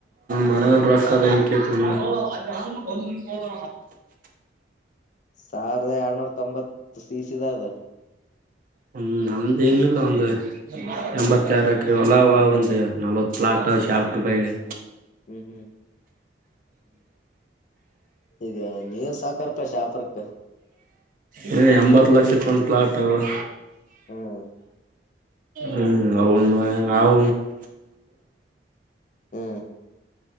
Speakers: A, on the right; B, on the left.
A: ಮನತದೆ ಎಂಕತ ಒಂದಾವ
B: ಸಾವಿರದ ಎರಡ್ನೂರ ತೊಂಬತ್ತು ಸಿಸಿದ ಅದ
A: ಹ್ಮ್ ನಮ್ದ ಏನಿಲ್ಲ ಒಂದು ಎಂಬತ್ತಾರ ಎಕರೆ ಹೊಲ ನಲ್ವತ್ತು ಪ್ಲಾ ಶಾಪ ರೂಪಾಯಿಗೆ
B: ಹ್ಮ್ ಹ್ಮ್ ಈಗ ನೀವ್ ಸಾಕಾರಪ ಶಾಪರ್ಕ್
A: ಹ ಎಂಬತ್ ಲಕ್ಷ ಎ ಕನ್ ಪ್ಲಾಟ್ ಅವವಾ
B: ಹ್ಮ್
A: ಹ್ಮ್ ಅವ
B: ಹ್ಮ್